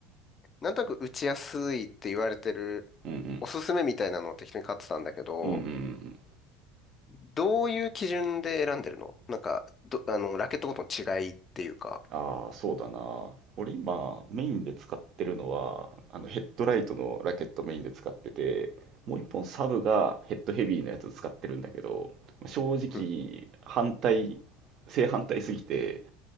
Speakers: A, on the left; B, on the right.
A: なんとなく打ちやすいって言われてる
B: うんうん。
A: おすすめみたいなのを適当に買ってたんだけど、
B: うんうんうんうん。
A: どういう基準で選んでるのなんか、ど、あの、ラケットごとの違いっていうか。
B: ああ、そうだな。俺今、メインで使ってるのは、あのヘッドライトのラケットメインで使ってて、もう一本サブがヘッドヘビーのやつ使ってるんだけど、正直、
A: うん。
B: 反対、正反対すぎて、